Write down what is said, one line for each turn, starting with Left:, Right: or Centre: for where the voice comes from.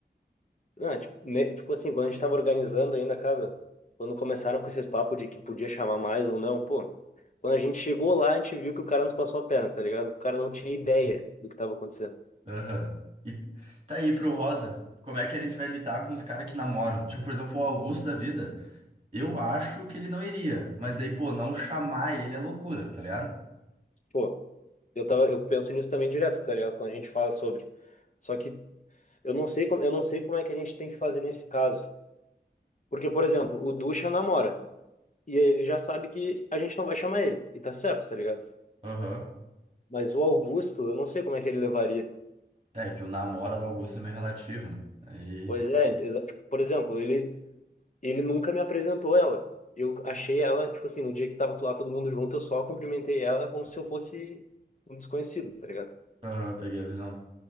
Left: Não, é, tipo, ne- tipo assim, quando a gente tava organizando ainda a casa, quando começaram com esses papos de que podia chamar mais ou não, pô, quando a gente chegou lá, a gente viu que o cara nos passou a perna, tá ligado? O cara não tinha ideia do que tava acontecendo.
Right: Aham. E tá aí pro Rosa, como é que a gente vai lidar com os caras que namoram? Tipo, por exemplo, o Augusto da vida, eu acho que ele não iria, mas daí, pô, não chamar ele é loucura, tá ligado?
Left: Pô, eu tava, eu penso nisso também direto, tá ligado? Quando a gente fala sobre. Só que eu não sei como, eu não sei como é que a gente tem que fazer nesse caso. Porque, por exemplo, o Ducha namora, e aí ele já sabe que a gente não vai chamar ele, e tá certo, tá ligado?
Right: Aham.
Left: Mas o Augusto, eu não sei como é que ele levaria.
Right: É que o namoro do Augusto é meio relativo, né? Aí,
Left: Pois é, exa- tipo, por exemplo, ele ele nunca me apresentou ela. Eu achei ela, tipo assim, no dia que tava lá todo mundo junto, eu só cumprimentei ela como se eu fosse um desconhecido, tá ligado?
Right: aham, peguei a visão.